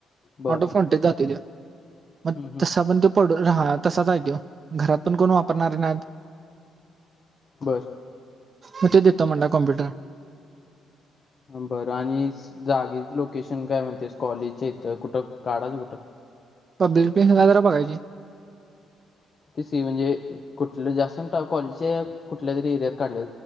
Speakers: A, on the left; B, on the right.
A: बर
B: ऑटो फोनटेच जातोय तो मग
A: हम्म, हम्म.
B: तसं पण तो पडून हा तसाच हाय तो, घरात पण कोण वापरणारे नाहीत.
A: बरं,
B: म तो देतो म्हटलाय, कॉम्पुटर
A: बरं आणि जागेच लोकेशन काय म्हणतोस कॉलेजच्या इथं कुठं? काढायचं कुठं?
B: पब्लिक प्लेसला जरा बघायची.
A: तेच की म्हणजे कु ठलं कॉलेजच्या कुठल्या तरी एरिया काढल्या